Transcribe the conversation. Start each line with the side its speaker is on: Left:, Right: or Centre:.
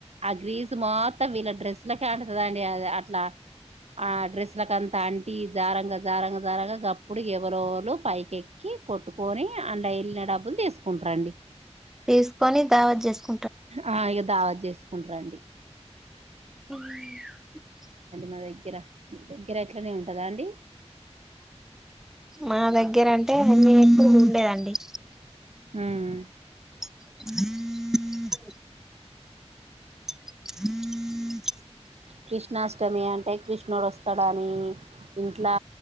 Right: ఆ గ్రీస్ మొత్తం వీళ్ళ డ్రెస్సులకు అంటుతదండి అ అట్లా ఆ డ్రెస్సులకు అంత అంటీ జారంగా జారంగా జారగా గప్పుడు ఎవరో ఒకరు పైకెక్కి కొట్టుకొని అన్లా వెళ్లిన డబ్బులు తీసుకుంటరండి
Centre: తీసుకొని దావత్ చేసుకుం
Right: ఆ ఇగ దావత్ చేసుకుంట్రండి
Centre: హుము
Right: మా దగ్గర మీ దగ్గర అట్లనే ఉంటదా అండి
Centre: మా దగ్గర అంటే <inaudible> ఉండేదండి
Right: మ్మ్
Centre: హ- అ
Right: క్రిష్ణాష్టమి అంటే క్రిష్ కృష్ణుడు వస్తాడు అని ఇంట్లో